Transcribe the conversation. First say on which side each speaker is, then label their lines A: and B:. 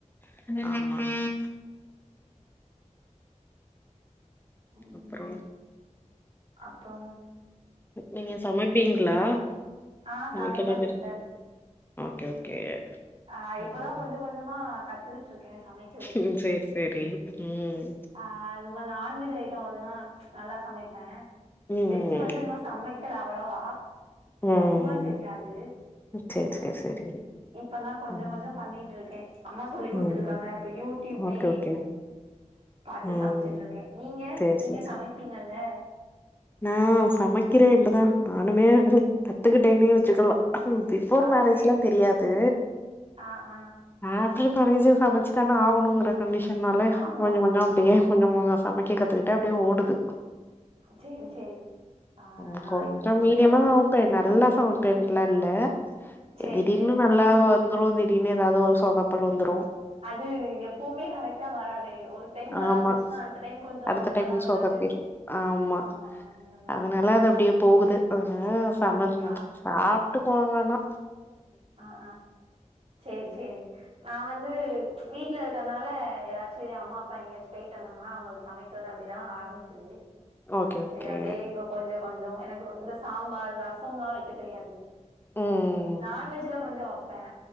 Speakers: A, on the left; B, on the right.
A: ந
B: ம்
A: அப்றோ
B: அப்றோ
A: நீங்க சமைப்பீங்ளா
B: ஆ
A: நம்ளுக்கேன்டா
B: சமைப்பே
A: அது
B: சிஸ்டர்
A: ஒகே ஓகே
B: ஆ இப்பதா
A: ம்
B: கொஞ்சொ கொஞ்சமா கத்துகிட் ருக்கே சமைக்கிறதுக்கு
A: ம் சேரி சேரி ம்
B: ஆஹ் நம்ம நான்வெஜ் ஐட்டோ அதுனா நல்லா சமைப்பே
A: ம்
B: வெஜ்ஜு வந்து இன்னு சமை க்கல அவ்வளவா
A: ம்
B: ரொம்ப தெரியாது
A: சேரி
B: ஆ
A: சேரி சேரி
B: இப்பல்லா கொஞ்சொ
A: ம்
B: கொஞ்சோ பண்ணீட்ருக்கே அம்மா சொல்லி் குடுத்துட்ருக்காங்க
A: ம்
B: இப்ப யூடியூப்மே
A: ஓகே ஓகே
B: பாத்து
A: ம்
B: சமச்சீட்ருக்கே நீங்க
A: சேரி
B: நீங்க
A: சேரி சேரி
B: சமைப்பீங்கல்ல
A: நா சமைக்கிறே இப்பதா நானுமே கத்துக்கிட்டேனே வச்சுக்கலா பிஃபோர்
B: ஆ
A: மேரேஜ்லா
B: சேரி சேரி
A: தெரியாது
B: ஆ ஆ
A: ஆஃப்டரு மேரேஜு சமச்சி தானே ஆகணூங்குற கண்டிஷன்னால
B: ஆமா
A: கொஞ்சொ கொஞ்சோ அப்டியே
B: ஆமா
A: கொஞ்சமோ நா சமைக்க கத்துக்கிட்டே அப்டியே ஓடுது
B: சேரி சேரி ஆ
A: அ
B: நா
A: கொஞ்சோ மீடியமா
B: எனக்கு
A: சமைப்பே நல்லா சமைப்பேன்ட்லா இல்ல
B: சேரி
A: திடீர்னு
B: சேரி
A: நா ல்லா வந்துரு திடீனு ஏதாவது ஒரு சொதப்பல் வந்துரு
B: அது எப்பவுமே கரெக்டா வராதே ஒரு டைம் நல்லா
A: ஆமா
B: வந்துச்சினா அடுத்த டைம் கொஞ்சோ
A: அடுத்த டைம்
B: நல்லா வராது
A: சொதப்பிரு ஆமா
B: ஆ அந்த மாரி
A: அதனால அது அப்டியே போகுது ஆ சம நீ
B: ஆ
A: சாப்டுக்கோங்கனா
B: ஆ ஆ சேரி சேரி நா வந்து வீட்ல இருக்றனால ஏதாச்சு அம்மா அப்பா எங்கயாச்சு போயிட்டு வந்தாங்கனா அவங்களுக்கு சமை க்றது அப்டிதா ஆரம்பிச்சது
A: ஓகே ஓகே
B: சேரி அப்டியே இப்ப கொஞ்ச கொஞ்சோ எனக்குரு இந்த சாம்பார் ரசம்லா வைக்க தெரியாது
A: ம்
B: நான்வெஜ்ஜில கொஞ்சோ வப்பே